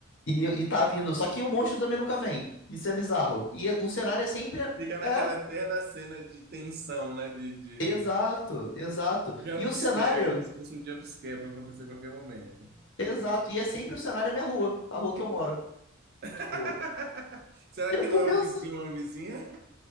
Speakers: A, on the left; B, on the right.
A: E, e tá vindo. Só que o monstro também nunca vem. Isso é bizarro. E é, o cenário é sempre.
B: fica naquela
A: É,
B: eterna cena de tensão, né? De, de
A: exato, exato.
B: jump
A: E o cenário.
B: scare, como se fosse um jump scare para acontecer a qualquer momento.
A: Exato. E é sempre o cenário é minha rua, a rua que eu moro.
B: <laughs>
A: Tipo,
B: Será
A: eu
B: que
A: fico
B: não é
A: pensando.
B: um vizinho ou uma vizinha?